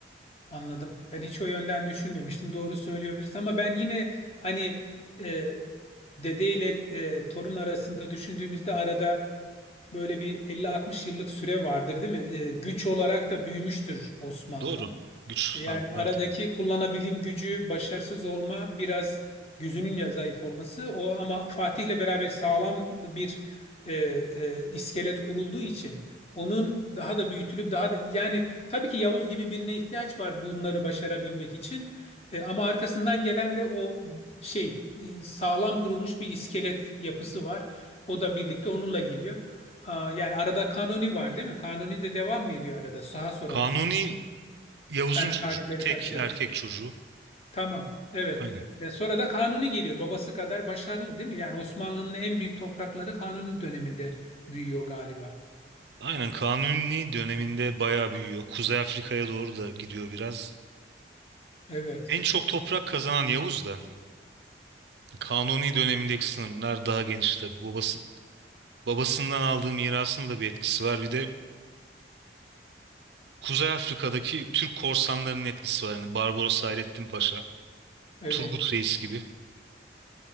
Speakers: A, on the left; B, on the right.
A: Anladım. Ben hiç o yönden düşünmemiştim. Doğru söylüyor birisi ama ben yine hani e, dede ile e, torun arasında düşündüğümüzde arada böyle bir 50-60 yıllık süre vardır, değil mi? E, güç olarak da büyümüştür Osmanlı.
B: Doğru. Güç
A: Yani
B: farkı
A: aradaki
B: var tabii.
A: kullanabilim gücü, başarısız olma, biraz gözünün ya- zayıf olması o ama Fatih'le beraber sağlam bir e, e, iskelet kurulduğu için onun daha da büyütülüp daha da yani tabii ki Yavuz gibi birine ihtiyaç var bunları başarabilmek için. E, ama arkasından gelen de o şey e, sağlam kurulmuş bir iskelet yapısı var. O da birlikte onunla geliyor. Aa, yani arada Kanuni var değil mi? Kanuni de devam mı ediyor arada? Sağa sonra
B: Kanuni
A: mı geliyor?
B: Yavuz'un
A: Ben
B: çocuğu.
A: tarihleri
B: Tek
A: karıştırdım.
B: erkek çocuğu.
A: Tamam. Evet.
B: Aynen.
A: Ve sonra da Kanuni geliyor. Babası kadar başarılı değil mi? Yani Osmanlı'nın en büyük toprakları Kanuni döneminde büyüyor galiba.
B: Aynen Kanuni döneminde bayağı büyüyor. Kuzey Afrika'ya doğru da gidiyor biraz.
A: Evet.
B: En çok toprak kazanan Yavuz da Kanuni dönemindeki sınırlar daha geniş tabii. Babası, babasından aldığı mirasın da bir etkisi var. Bir de Kuzey Afrika'daki Türk korsanlarının etkisi var. Yani Barbaros Hayrettin Paşa,
A: Evet.
B: Turgut Reis gibi.